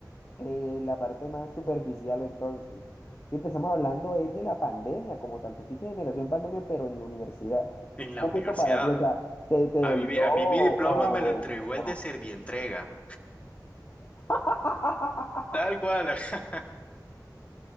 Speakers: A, on the left; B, on the left.
A: eh, la parte más superficial entonces. Y empezamos hablando es de la pandemia como tal. Tú fuiste generación pandemia, pero en la universidad.
B: en
A: ¿Cómo
B: la universidad.
A: fue eso para ti? O sea, ¿te, te
B: A
A: dolió
B: mí, mi-
A: o,
B: a mí mi diploma
A: o
B: me lo entregó
A: o
B: el
A: no?
B: de Servientrega.
A: <laughs>
B: Tal cual. <laughs>